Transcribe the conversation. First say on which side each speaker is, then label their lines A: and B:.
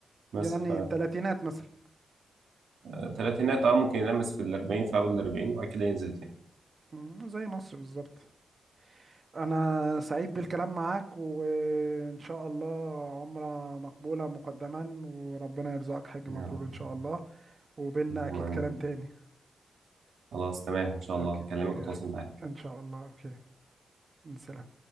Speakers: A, on the right; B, on the right.
A: بس
B: يعني تلاتينات مثلا
A: فالثلاثينات اه ممكن يلمس في الأربعين في أول الأربعين وبعد كده ينزل تاني
B: مم، زي مصر بالظبط انا سعيد بالكلام معاك وان شاء الله عمرة مقبولة مقدما وربنا يرزقك حج
A: يا
B: مبرور
A: رب
B: ان شاء الله وبيننا
A: اللهم
B: اكيد
A: آمين
B: كلام تاني
A: خلاص تمام
B: اوكي
A: ان شاء الله اكلمك
B: اوكي
A: واتواصل
B: يا احمد
A: معاك
B: ان شاء الله اوكي سلام